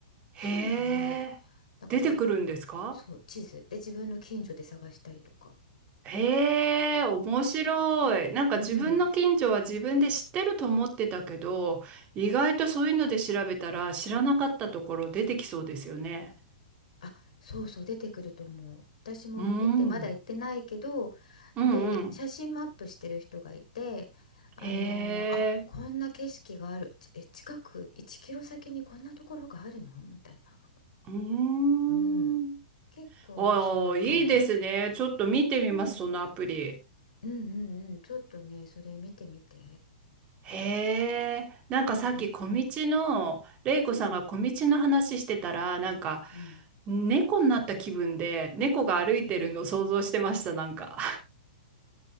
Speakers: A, on the right; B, on the left.
A: へ
B: そういうのがね、
A: え。
B: なんかね、
A: 出てくるんですか
B: そう、地図で自分の近所で探したりとか。
A: へえ、面白い。なんか自分の近所は自分で知ってると思ってたけど、
B: うん。
A: 意外とそういうので調べたら知らなかったところ出てきそうですよね。
B: あ、そうそう、出てくると思う。私も見て、
A: うん。
B: まだ行ってないけど、
A: うんうん。
B: で、写真もアップしてる人がいて、あのーあ、
A: へえ。
B: こんな景色がある。ちえ、近く1キロ先にこんなところがあるのみたいな。
A: うーん。
B: うん。結構面白いかも。
A: ああ、いいですね。ちょっと見てみます、
B: うん。
A: そのアプリ。
B: うんうんうん。ちょっとね、それ見てみて。
A: へえ、なんかさっき小道の、
B: うん。
A: 玲子さんが小道の話してたら、
B: うん。
A: なんか
B: うん。
A: 猫になった気分で、猫が歩いてるのを想像してました、
B: うんうん。
A: なんか。